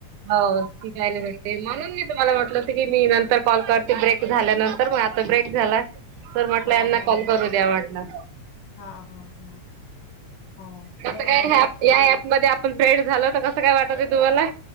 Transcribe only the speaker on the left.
हा
हा
हा, हा, हा. हो
बरं आहे
ना ते